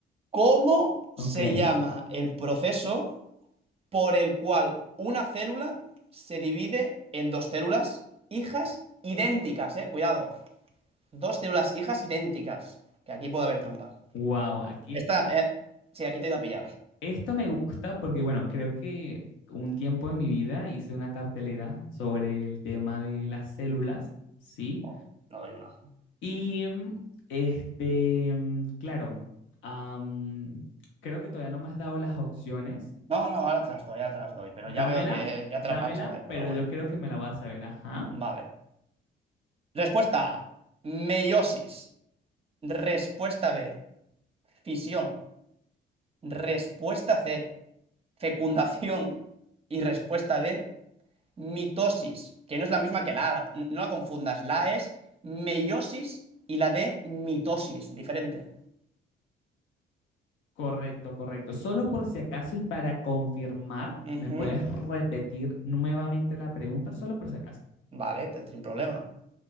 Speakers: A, on the right; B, on the left.
A: ¿Cómo se
B: Ok,
A: llama el proceso? por el cual una célula se divide en dos células hijas idénticas, eh, cuidado. Dos células hijas idénticas. Que aquí puede haber trampa.
B: Wow, aquí
A: Esta,
B: esto me,
A: eh, sí, aquí te he ido a pillar.
B: esto me gusta porque, bueno, creo que un tiempo de mi vida hice una cartelera sobre el tema de las células, ¿sí?
A: Oh, no doy una.
B: Y mm, este, mm, claro, am, creo que todavía no me has dado las opciones.
A: No, no, ahora te las doy, ahora te las doy. Pero
B: Dámela,
A: ya veo que eh,
B: dámela,
A: ya te las vas a saber,
B: pero
A: pero bueno.
B: yo creo que me la vas a ver, ajá.
A: Vale. Respuesta A, meiosis. Respuesta B, fisión. Respuesta C, fecundación. Y respuesta D, mitosis, que no es la misma que la A, la- no la confundas. La A es meiosis y la D mitosis, diferente.
B: Correcto, correcto. Solo por si acaso y para confirmar,
A: Ujú,
B: ¿me puedes repetir nuevamente la pregunta? Solo por si acaso.
A: Vale, te sin problema.